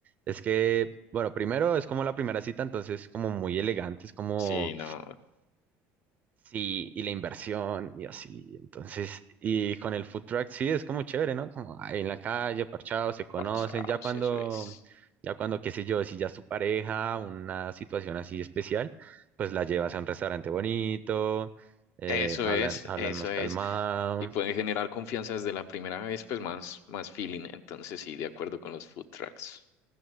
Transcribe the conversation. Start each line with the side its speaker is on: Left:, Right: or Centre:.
Right: Es que, bueno, primero es como la primera cita, entonces como muy elegante, es como
Left: Sí, no,
Right: Sí, y la inversión y así. Entonces, y con el food truck sí es como chévere, ¿no? Como ahí en la calle, parchados, se conocen.
Left: parchados,
Right: Ya cuando,
Left: eso es.
Right: ya cuando, qué sé yo, si ya es tu pareja, una situación así especial, pues la llevas a un restaurante bonito, eh,
Left: Eso
Right: hablan,
Left: es,
Right: hablan
Left: eso
Right: más calmado.
Left: es. Y pueden generar confianza desde la primera vez, pues más, más feeling. Entonces sí, de acuerdo con los food trucks.